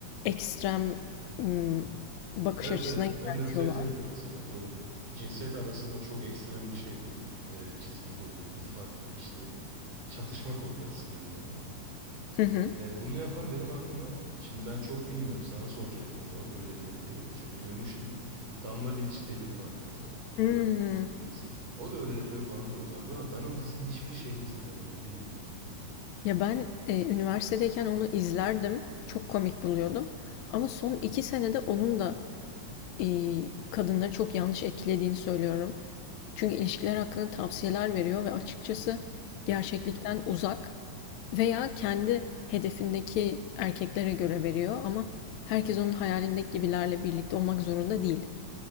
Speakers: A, on the left; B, on the right.
A: ekstrem ım, bakış
B: Evet
A: açısına
B: evet.
A: yöneltiyorlar.
B: Andrew Tate öyle mesela. Doğru. Cinsiyet arasında çok ekstrem bir şey koyuyor. e, çizgi koyuyor. Bir fark işte çatışma koyuyor aslında bir nevi.
A: Hı hı.
B: E, bunu yapan benim aklıma şimdi ben çok bilmiyorum sana soracağım burada öyle biri mi diye. Çünkü duymuştum. Damla Bilic diye biri vardı mesela.
A: Hmm,
B: Influencer. O da öyle yapıyor falan diyorlardı ama ben o kızın hiçbir şeyini izlemedim yani bilmiyorum.
A: Ya ben e, üniversitedeyken onu izlerdim. Çok komik buluyordum. Ama son iki senede onun da e, kadınları çok yanlış etkilediğini söylüyorum. Çünkü ilişkiler hakkında tavsiyeler veriyor ve açıkçası gerçeklikten
B: Hı
A: uzak veya kendi hedefindeki erkeklere göre veriyor ama herkes onun hayalindeki gibilerle birlikte olmak zorunda değil.